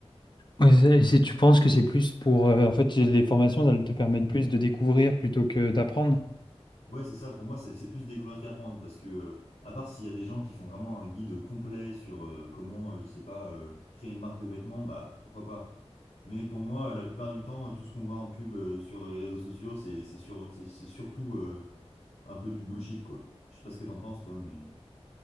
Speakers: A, on the left; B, on the left.
A: mais c'est- c'est- tu penses que c'est plus pour euh, en fait les formations, elles te permettent plus de découvrir plutôt que d'apprendre?
B: Ouais, c'est ça. Pour moi, c'est c'est plus découvrir qu'apprendre parce que, euh, à part s'il y a des gens qui font vraiment un guide complet sur euh, comment, euh, je sais pas, euh, créer une marque de vêtements, bah pourquoi pas. Mais pour moi, euh, la plupart du temps, tout ce qu'on voit en pub euh, sur les réseaux sociaux, c'est c'est sur, c'est c'est surtout euh, un peu du bullshit, quoi. Je sais pas ce que t'en penses, toi, mais.